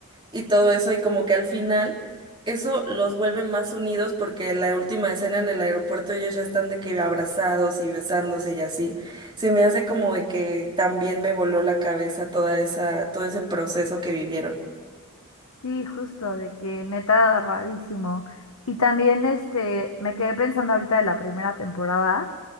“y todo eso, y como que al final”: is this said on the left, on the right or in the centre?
Right